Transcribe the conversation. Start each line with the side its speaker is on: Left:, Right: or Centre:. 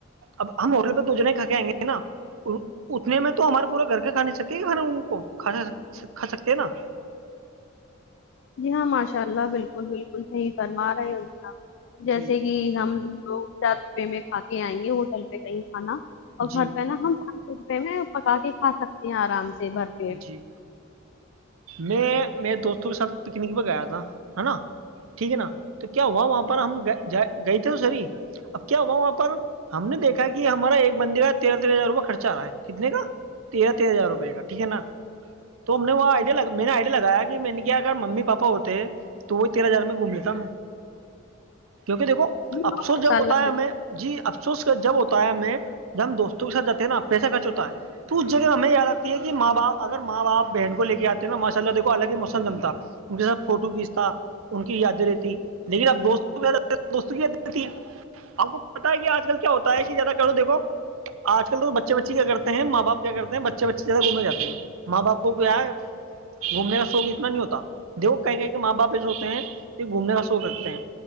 Right: اب ہم ہوٹل پہ تو دو جنے کھا کے آئ گے نا اتنے میں تو ہمارے پورا گھر کے کھاے سکتے کھانا ان کو کھا کھا سکتے ہیں نا
Left: جی ہاں ماشاء اللہ بالکل بالکل صح فرما رہے ہو صحپ جیسے
Right: جی
Left: کہ ہم دو چار روپے میں کھا کے آئیں گے ہوٹل پہ کہیں کھانا اور گھر
Right: جی
Left: پہ نا ہم پانچ سو روپے میں پکا کے کھا سکتے ہیں آرام سے بھر پیٹ
Right: جی میں میرے دوستوں کے ساتھ پکنک پ گیا تھا ہے نا ٹھیک ہے نا تو کیا ہوا وہاں پر ہم گئے تھے تو سر ہی اب کیا ہوا وہاں پر ہم نے دیکا کہ ہمارا ایک بندی کا تیرہ تیرہ ہزار روپئے خرچہ آ رہا ہے کتنے کا تیرہ تیرہ ہزار روپئے کا ٹھیک ہے نا تو ہم نے وہ آئیڈیا لگ میں نے آئیڈیا لگایا کہ میں نے کیا اگر ممی پاپا ہوتے تو وہ تیرہ ہزار میں گھوم لیتا کیونکہ دیکھو
Left: جی
Right: افسوس
Left: ہاں ماشاء
Right: جب ہوتا
Left: اللہ
Right: ہے
Left: بالکل
Right: ہمیں جی افسوس کر جب ہوتا ہے ہم جب ہم دوستوں کے ساتھ جاتے ہیں نا ا پیسہ خرچ ہوتا ہے تو اس جگہ ہمیں یاد آتی ہے کہ جی ماں باپ اگر ماں باپ بہن کو لے کے آتے نا ماشاء اللہ دھو الگ ہی مسم جمتا ان کے ساتھ فوٹو کھینچتا ان کی یادیں رہتی لیکن اب دوستوںہ دوستوں کی یادیں رہتی ہیں ہمپ کو پتا ہے کہ آج کل کیا ہوتا ہے زیادہ کرو دیکو آج کل تو بچے بچے کیا کرتے ہیں ماں با کیا کرتے ہیں بچے بچے زیادہ گھومنے جاتے ہیں ماں باپ کو کیا ہے گھومنے کا شوق اتنا نہیں ہوتا دو کہیں کہیں کہ ماں باپ جو ہوتے ہیں یہ گھومنے کا شوق رکھتے ہیں